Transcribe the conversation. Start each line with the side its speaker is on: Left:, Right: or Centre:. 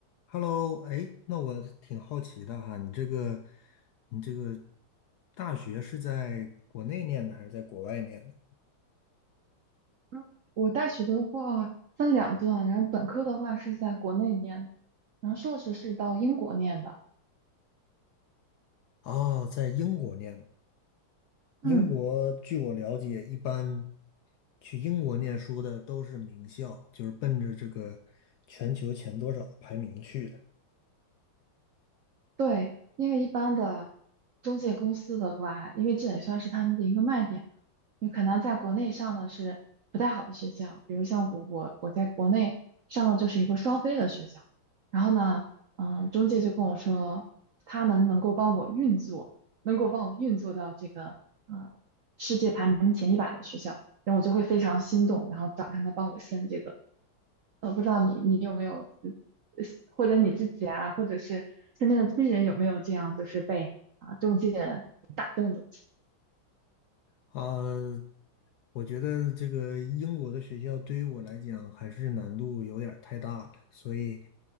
Left: Hello，哎，那我挺好奇的哈，你这个，你这个大学是在国内念的还是在国外念的？
Right: 嗯，我大学的话分两段，然后本科的话是在国内念的然后硕士是到英国念的。
Left: 啊，在英国念的。英国据我了解，
Right: 嗯。
Left: 一般去英国念书的都是名校，就是奔着这个全球前多少的排名去的。
Right: 对，因为一般的中介公司的话，因为这也算是他们的一个卖点，你可能在国内上的是不太好的学校，比如像我，我我在国内上的就是一个双非的学校，然后呢，嗯，中介就跟我说，他们能够帮我运作，能够帮我运作到这个呃世界排名前一百的学校，然后我就会非常心动，然后找他们帮我申这个呃，不知道你你有没有，呃或者你自己啊，或者是身边的亲人有没有这样，就是被啊中介打动的？
Left: 啊，我觉得这个英国的学校对于我来讲还是难度有点儿太大了，所以。